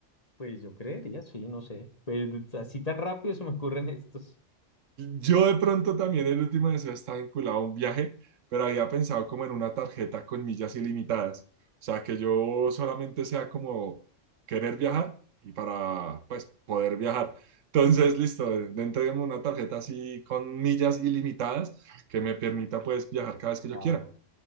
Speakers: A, on the left; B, on the right.
A: Pues yo creería, sí, no sé. Pues así tan rápido se me ocurren estos.
B: Yo de pronto también el último deseo está vinculado a un viaje, pero había pensado como en una tarjeta con millas ilimitadas. O sea, que yo solamente sea como querer viajar y para, pues, poder viajar. Entonces, listo, dentro de una tarjeta así con millas ilimitadas que me permita, pues, viajar cada vez que
A: Ah.
B: yo quiera.